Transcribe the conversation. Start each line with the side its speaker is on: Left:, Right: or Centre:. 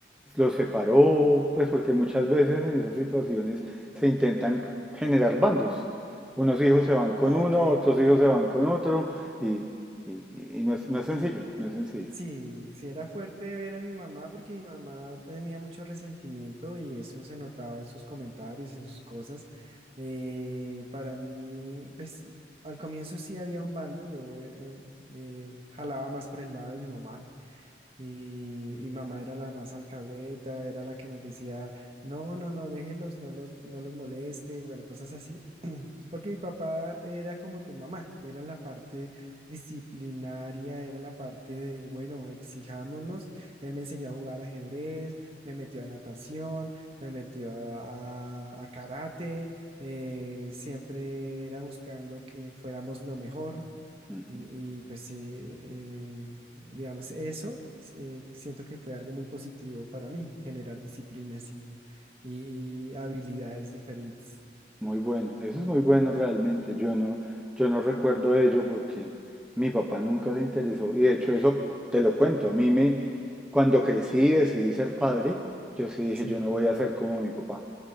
Centre: ¿Los separó? Pues porque muchas veces en esas situaciones se intentan generar bandos. Unos hijos se van con
Right: Ah,
Centre: uno,
Right: Ok,
Centre: otros hijos se van con otro, y, y- y no es, no es sencillo, no es sencillo.
Right: Sí, sí era fuerte ver a mi mamá porque mi mamá tenía mucho resentimiento y eso se notaba en sus comentarios y en sus cosas. Eh, para mí, pues al comienzo sí había un bando, yo eh, eh, eh, jalaba más por el lado de mi mamá y, y mamá era la más alcahueta, era la que nos decía, no, no, no, déjelos, no los, no los moleste, bueno, cosas así. Porque mi papá era como tu mamá, era la parte disciplinaria, era la parte de, bueno, exijámonos. Él me enseñó a jugar ajedrez, me metió a natación, me metió a, a- a karate, eh, siempre era buscando que fuéramos lo mejor.
Centre: Ujú.
Right: Y, y, pues, eh, eh, digamos, eso eh, siento que fue algo muy positivo para mí, generar disciplinas y, y habilidades diferentes.
Centre: Muy bueno, eso es muy bueno realmente. Yo no, yo no recuerdo ello porque mi papá nunca se interesó. Y de hecho, eso te lo cuento. A mí me, cuando crecí y decidí ser padre, yo sí dije,
Right: Sí.
Centre: yo no voy a ser como mi papá.